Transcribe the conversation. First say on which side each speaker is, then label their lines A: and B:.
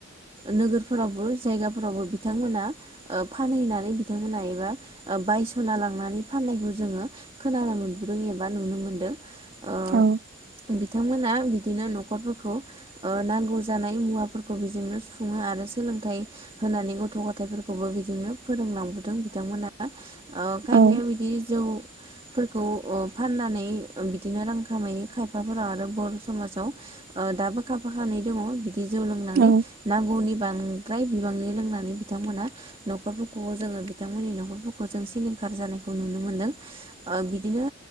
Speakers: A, on the right (about 25°); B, on the right (about 45°).
A: नोगोरफोरावबो जायगा फोरावबो बिथांमोना ओ फानहैनानै बिथांमोना एबा ओ बायस'ना लांनानै फाननायखौ जोङो खोनानो मोनबोदों एबा नुनो मोनदों। ओ
B: औ।
A: बिथांमोना बिदिनो न'खरफोरखौ ओ नांगौ जानाय मुवाफोरखौ बिजोंनो सुफुङो आरो सोलोंथाइ होनानै गथ' गथायाइफोरखौबो बिदिनो फोरोंलांबोदों बिथांमोनहा अ खायफाया
B: औ
A: बिदि जौ फोरखौ ओ फाननानै बिदिनो रां खामायो। खायफाफोरा आरो बर' समाजाव ओ दाबो खाफा खानै दङ बिदि जौ लोंनानै
B: औ
A: नांगौनि बांद्राय बिबांनि लोंनानै बिथांमोना न'खरफोरखौ जोङो बिथांमोननि न'खरफोरखौ जों सिलिं खार जानायखौ नुनो मोन्दों। औ बिदिनो